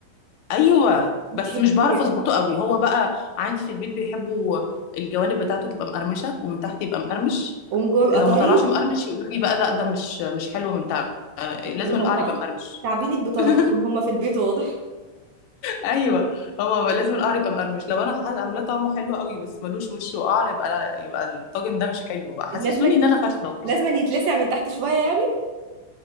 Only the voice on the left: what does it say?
ايوه
بس مش بعرف اظبطه قوي هو بقى عندي في البيت بيحبوا الجوانب بتاعته تبقى مقرمشه ومن تحت يبقى مقرمش
لو
ما طلعش مقرمش يقولوا لي بقى لا ده مش مش حلو من تحت آه، لازم
القعر يبقى مقرمش
<laughs>
ايوه هو بقى لازم القعر يبقى مقرمش لو انا ح- عاملاه طعمه حلو قوي بس ملوش وش وقعر يبقى لا يبقى الطاجن ده مش حلو بقى حسسوني
ان انا فاشله والله